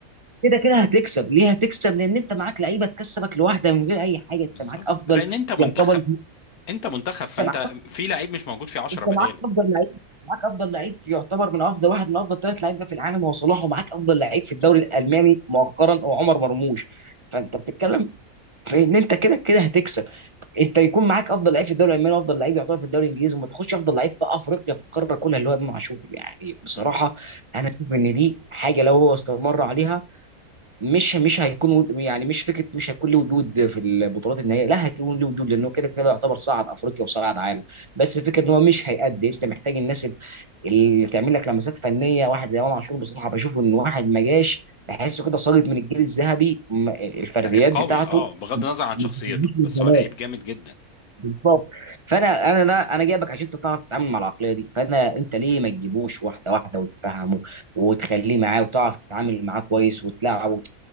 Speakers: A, on the right; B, on the left.
A: كده كده هتكسب ليه هتكسب لان انت معاك لعيبه تكسبك لوحده من غير اي حاجه انت
B: بالظبط
A: معاك افضل
B: لان انت منتخب
A: يعتبر
B: انت منتخب فانت
A: انت معاك
B: في لعيب مش موجود في 10
A: انت
B: بداله
A: معاك افضل لعيب معاك افضل لعيب في- يعتبر من افضل واحد من افضل ثلاث لعيبه في العالم هو صلاح ومعاك افضل
B: بالظبط
A: لعيب في الدوري الالماني مؤخرا هو عمر مرموش فانت بتتكلم في ان انت كده كده هتكسب انت يكون معاك افضل لعيب في الدوري الالماني وافضل لعيب يعتبر في الدوري الانجليزي وما تاخدش افضل لعيب في افريقيا في القاره كلها اللي هو امام عاشور يعني بصراحه
B: مم.
A: انا شايف ان دي حاجه لو هو استمر عليها مش مش هيكون يعني مش فكره مش هيكون له وجود في البطولات النهائيه لا هيكون له وجود لانه كده كده يعتبر صعد افريقيا وصعد عالم بس الفكره ان هو مش هيأدي انت محتاج الناس ال- اللي تعمل لك لمسات فنيه واحد زي امام عاشور بصراحه بشوفه ان واحد ما جاش بحسه كده ساقط من الجيل الذهبي م- الفرديات
B: لعيب قوي
A: بتاعته
B: اه بغض النظر عن
A: ما
B: شخصيته
A: بتجيش من
B: بس
A: زمان
B: هو لعيب جامد جدا
A: بالظبط فانا انا لا انا جايبك عشان انت تعرف تتعامل مع العقليه دي فانا انت ليه ما تجيبوش واحده واحده وتفهمه وتخليه معاه وتعرف تتعامل معاه كويس وتلاعبه